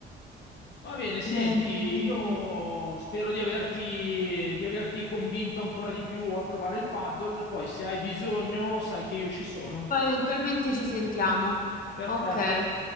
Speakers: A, on the left; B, on the left.
A: Va bene, senti,
B: Bene, bene.
A: io spero di averti, di averti convinto ancora di più a provare il paddle, poi se hai bisogno sai che io ci sono.
B: Poi eventualmente ci sentiamo.
A: Perfetto.
B: Ok.